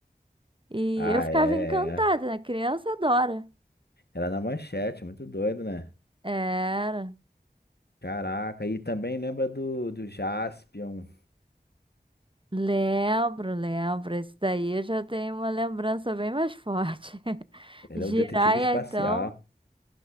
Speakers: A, on the right (about 30°); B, on the left (about 75°).
A: E
B: Ah,
A: eu ficava
B: é,
A: encantada,
B: é.
A: né? Criança adora.
B: Era na manchete, muito doido, né?
A: Era.
B: Caraca, e também lembra do, do Jaspion.
A: Lembro, lembro. Esse daí eu já tenho uma lembrança bem mais forte. <laughs>
B: Ele
A: Jiraya,
B: é o detetive espacial.
A: então,